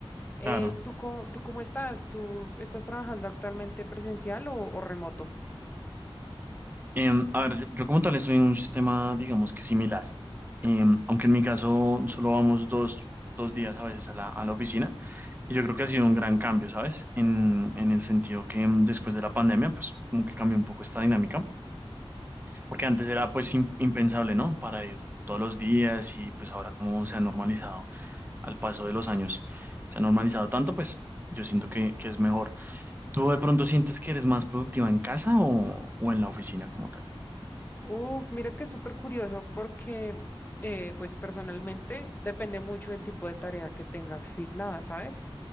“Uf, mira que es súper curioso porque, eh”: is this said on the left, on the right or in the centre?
Left